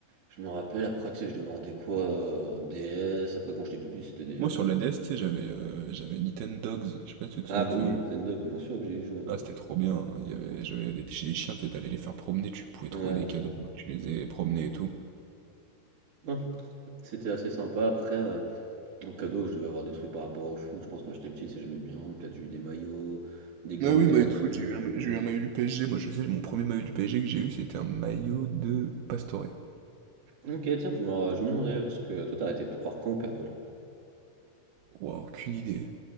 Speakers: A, on the right; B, on the right.
A: je me rappelle, après, tu sais, je demandais quoi? Heu, DS, après, quand j'étais plus petit, c'était des
B: Moi sur la DS, tu sais, j'avais euh, j'avais Nintendogs, je sais pas si tu te
A: ah
B: souviens
A: bah
B: de ce
A: oui,
B: jeu.
A: Nintendo bien sûr que j'ai joué, hein.
B: Ah c'était trop bien, hein, il y avait,
A: Mmh.
B: j'avais des, chez les chiens, t'sais, t'allais les faire promener, tu pouvais
A: Ouais,
B: trouver des
A: non, c'est
B: cadeaux, donc tu les ai promenés et tout.
A: non, c'était assez sympa. Après, heu, En cadeau, je devais avoir des trucs par rapport au foot. Je pense que quand j'étais petit, c'est j'aimais bien. Peut-être j'ai eu des maillots, des gants
B: Ouais, oui,
A: de gardien.
B: maillot de foot, j'ai eu un, j'ai eu un maillot du PSG. Moi, je sais, mon premier maillot du PSG que j'ai eu, c'était un maillot de Pastore.
A: Ok, tiens, je me, je me demandais, parce que toi, t'as arrêté de croire quand au Père Noël?
B: Waouh, aucune idée.